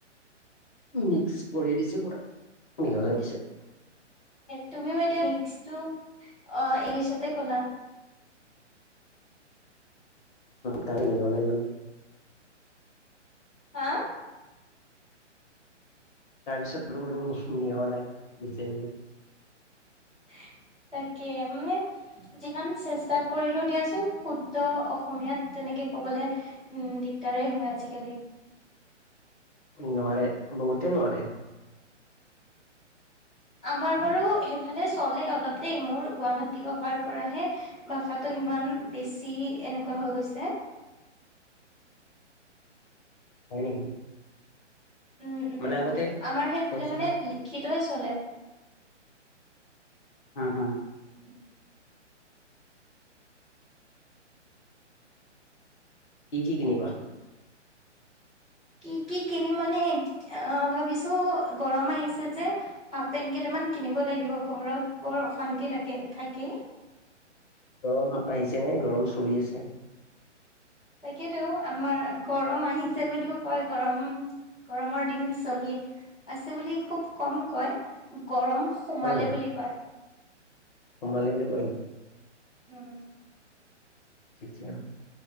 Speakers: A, on the left; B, in the centre.
A: মিক্স কৰি দিছে পুৰা মিহলাই দিছে।
B: তুমিও এতিয়া মিশ টো ইংলিছতে ক'লা
A: তাই ন ওলাই গ'ল
B: হা
A: তাৰ পিছত মিহলাই দিছে বোলে
B: উ তাকে মানে যিমান চেষ্টা কৰিলো দিয়াচোন শুদ্ধ অসমীয়াত তেনেকে ক'বলৈ উম দিগদাৰেই হয় আজিকালি
A: নোৱাৰে বহুতে নোৱাৰে
B: আমাৰ বাৰু সেইফালে চলে অলপ দেই মোৰ গুৱাহাটী অহাৰ পৰাহে ভাষাটো ইমান বেছি এনেকুৱা হৈ গৈছে
A: হয় নেকি
B: উম
A: মানে
B: উম
A: আগতে
B: আমাৰ সেইফালে
A: কৈছিলা
B: মানে লিখিতই চলে
A: হম হু
B: উ
A: কি কি কিনিবা?
B: কি কি কিনিম মানে অ ভাবিছো গৰম আহিছে যে হাফ পেন্ট কেই তামান, মান কিনিব লাগিব ঘৰত বৰ অশান্তি লাগে থাকি
A: গৰম আহিছে নে গৰম চলি আছে
B: তাকেতো আমাৰ গৰম আহিছে বুলিও কয় গৰম গৰমৰ দিন চলি আছে বুলি খুব কম কয়, গৰম সোমালে
A: উম
B: বুলি কয়।
A: সোমালে বুলি কয় নি।
B: উম।
A: আটছা।